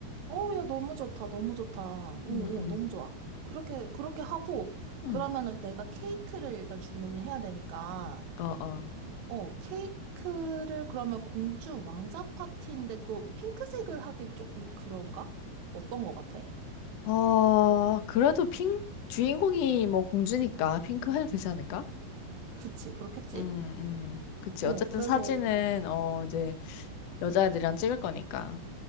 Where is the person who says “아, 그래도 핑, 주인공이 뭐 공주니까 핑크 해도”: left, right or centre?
Left